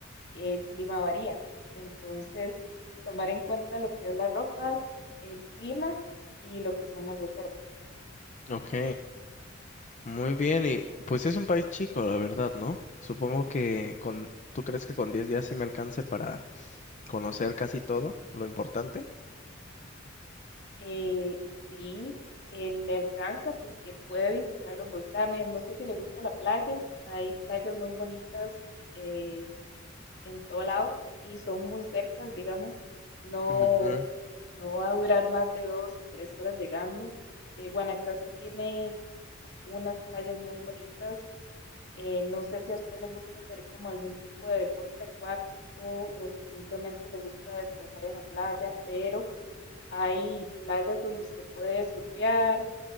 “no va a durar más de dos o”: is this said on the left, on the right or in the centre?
Left